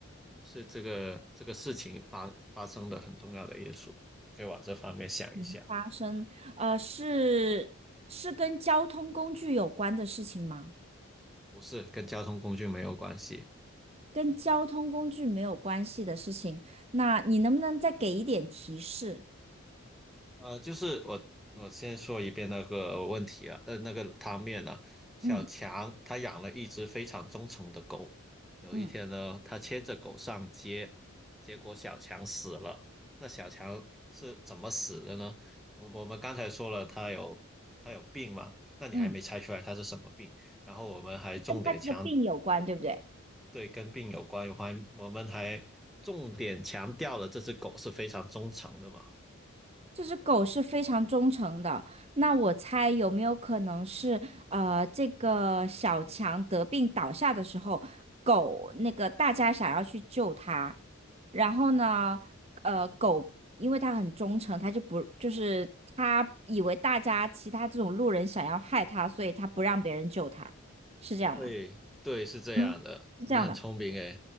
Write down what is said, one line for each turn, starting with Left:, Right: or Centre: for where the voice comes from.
Centre: 是这个这个事情发发生的很重要的因素，可以往这方面想一想。
Right: 嗯发生呃是是跟交通工具有关的事情吗？
Centre: 不是跟交通工具没有关系，
Right: 跟交通工具没有关系的事情，那你能不能再给一点提示？
Centre: 呃，就是我我先说一遍那个问题啊，呃，那个汤面呢、小强他养了一只非常忠诚的狗，
Right: 嗯
Centre: 有一天呢，
Right: 嗯，
Centre: 他牵着狗上街，结果小强死了。那小强是怎么死的呢？我我们刚才说了，他有他有病嘛，那你还没猜出来他是什么病？
Right: 嗯，
Centre: 然后我们还重点强
Right: 跟他这个病有关，对不对？
Centre: 对跟病有关，我还我们还重点强调了这只狗是非常忠诚的嘛。
Right: 这只狗是非常忠诚的，那我猜有没有可能是，呃，这个小强得病倒下的时候，狗那个大家想要去救它，然后呢，呃，狗因为它很忠诚，它就不就是它以为大家其他这种路人想要害它，所以它不让别人救它，是这样吗？
Centre: 对对，是这样的，
Right: 嗯，是这样的
Centre: 你很聪明诶，